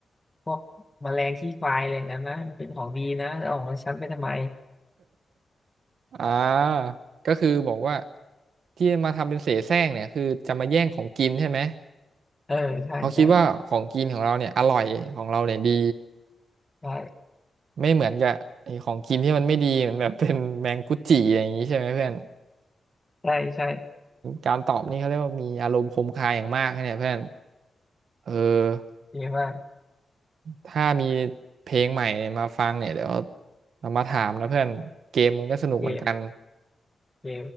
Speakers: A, on the left (about 20°); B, on the right (about 80°).
A: พวกแมลงขี้ควายอะไรอย่างนั้นนะมันเป็นของดีนะเอาของฉันไปทำไม
B: อ่าก็คือบอกว่าที่มาทำเป็นเสแสร้งเนี่ยคือจะมาแย่งของกินใช่ไหม
A: เออใช่ใช่
B: เขาคิดว่าของกินของเราเนี่ยอร่อยของเราเนี่ยดี
A: ใช่
B: ไม่เหมือนกับไอ้ของกินที่มันไม่ดีเหมือนแบบ <laughs> เป็นแมงกุจิอย่างนี้ใช่ไหมเพื่อน
A: ใช่ใช่
B: การตอบนี่เขาเรียกว่ามีอารมณ์คมคายอย่างมากนะเนี่ยเพื่อนเออ
A: เจ๊ว่าก
B: ถ้ามีเพลงใหม่มาฟังเนี่ยเดี๋ยวเรามาถามนะเพื่อนเกมมึงก็สนุกเหมือนกัน
A: เจ๊เจ๊